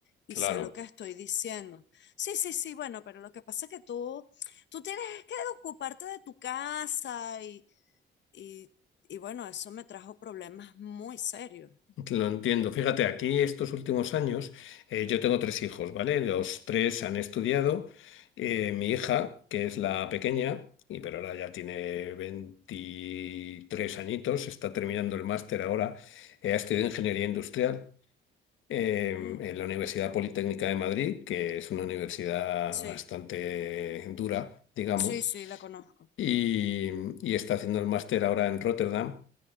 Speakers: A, on the left (about 65°); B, on the left (about 80°).
A: y
B: Claro.
A: sé lo que estoy diciendo. Sí, sí, sí, bueno, pero lo que pasa es que tú, tú tienes que ocuparte de tu casa y, y, y bueno, eso me trajo problemas muy serios.
B: Lo entiendo. Fíjate, aquí estos últimos años eh, yo tengo tres hijos, ¿vale? Los tres han estudiado. Eh, mi hija, que es la pequeña, y pero ahora ya tiene 23 añitos, está terminando el máster ahora, eh, ha estudiado ingeniería industrial eh,
A: Mm,
B: en la Universidad Politécnica de Madrid, que es una universidad
A: sí,
B: bastante dura, digamos,
A: sí, sí, la conozco,
B: y, y está haciendo el máster ahora en Rotterdam.